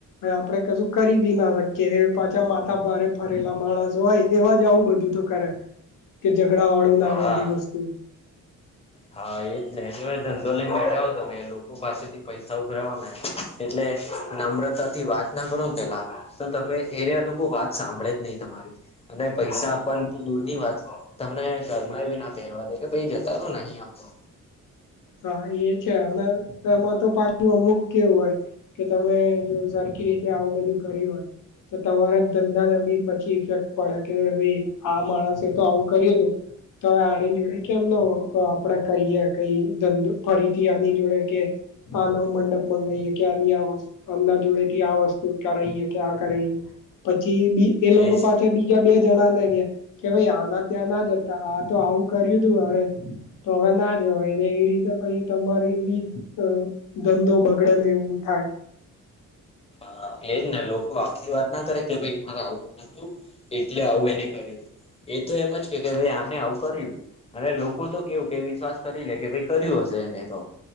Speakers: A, on the left; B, on the left.
A: આપડણે કશું કરી બી ના શકીએ પાછા માથા ભારે ફરેલા માણસ હોય એવા જ આવું બધુ દૂ તોતો કરે કે જઝડા વાળ ના આ
B: હા
A: આવડધી વસ્તુ
B: હા એ જ નને ભ ધંધો લઈને બેઠા જા તમે લોકો પાસેથી પૈસા ઉભરાવાના એટલે નમ્રતા થી વાત ના કરો પેલા. તો તમે એને અ લોકો વાત સાંભળે જ નહી તમારી અને પૈસા આપવાની ત દૂરની વાત તમને ઘરમાં એ એવી ના તેડવા દે તો ભઈ જતા રો નહી આપવા.
A: હા એ છે અને એમાં તો પાછું અમુક કેવું હોય કે તમે જો સરખી રીતે આવું બધું કર્યું હોય. તો તમારા ધંધા બી પછી ઇફેક્ટ પડે કે ભાઈ આ માણસે તો આવું કરીએ તો. તો હવે આની જોડે કે એમનો આપડા કરયર કઈ ધંધો ફરીથી આની જોડે કે આ નવું મંડપ મગાવાઈે કે્યા આ નની આવ. અમના જોડે થી આ વસ્તુહીએ કે આ કરાઈ પછી બી એ લોકો
B: એજ
A: પાસે બ ગ બે જણા ને ગયા કે ભાઈ આના ત્યાં ના જતા આ તો આવું કર્યું તું હવે તો હવે ના જવાય ઈ રયો ઈ ઈ રીતે પહિ તમારી એવી અ ધંધો બગડેને એવું થાય.
B: હા એજ ને લોકો આખી વાત ના કરે કે ભાઈ મારે આવું હતું એટલે આવું એને કર્યું તું. એ તો એમજ કે કે ભાઈ આને આવું કર્યું. અને લોકો તો કેવું કે વિશ્વાસ કરી લે કે ભાઈ કર્યું હશે એને તો.